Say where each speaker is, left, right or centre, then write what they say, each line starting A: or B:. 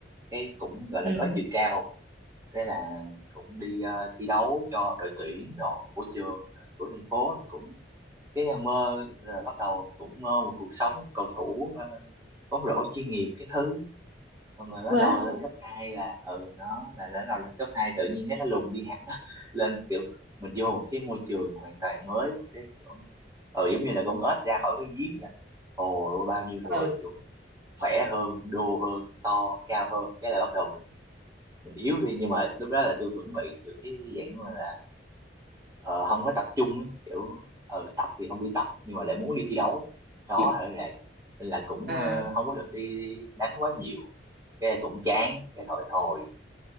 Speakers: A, on the right; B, on the right.
A: cái cũng gọi là
B: ừ
A: có chiều cao cái là cũng đi ờ, thi đấu cho đội tuyển đồ của trường rồi của thành phố cũng cái à, mơ rồi bắt đầu cũng mơ một cuộc sống cầu thủ à, bóng rổ chuyên nghiệp cái thứ xong rồi bắt
B: quá
A: đầu
B: wow.
A: lên cấp 2 là ừ nó là lên đầu lên cấp 2 tự nhiên cái nó lùng đi hẳn á. <laughs> lên kiểu mình vô một cái môi trường hoàn toàn mới một cái kiểu ừ giống như là con ếch ra khỏi cái giếng vậy ồ bao nhiêu người
B: ừ
A: kiểu khỏe hơn đô hơn to cao hơn cái là bắt đầu mình mình yếu đi nhưng mà lúc đó là tôi vẫn bị kiểu cái dạng mà là ờ, không có tập trung á, kiểu ờ, tập thì không đi tập nhưng mà lại muốn đi thi đấu đó
B: ừ.
A: là vậy nên là cũng
B: à
A: ờ, không có được đi đánh quá nhiều cái cũng chán cái thôi thôi